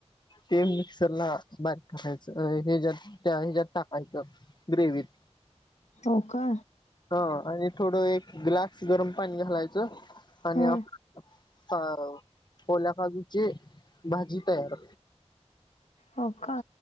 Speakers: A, on the left (about 40°); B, on the left (about 75°).
A: ते मिक्सरला बारीक करायच हे ज्यात त्या हे ज्यात टाकायचं. ग्रेवीत
B: चव का
A: हा आणि थोडं एक ग्लास गरम पाणी घालायचं आणि
B: हा
A: अ ओल्या काजूची भाजी तयार
B: हो का